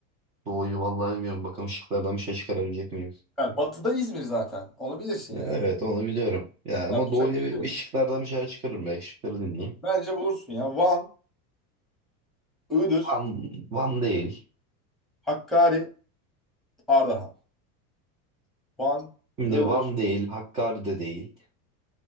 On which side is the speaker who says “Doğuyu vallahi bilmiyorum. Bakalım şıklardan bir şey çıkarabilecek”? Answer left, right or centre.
Right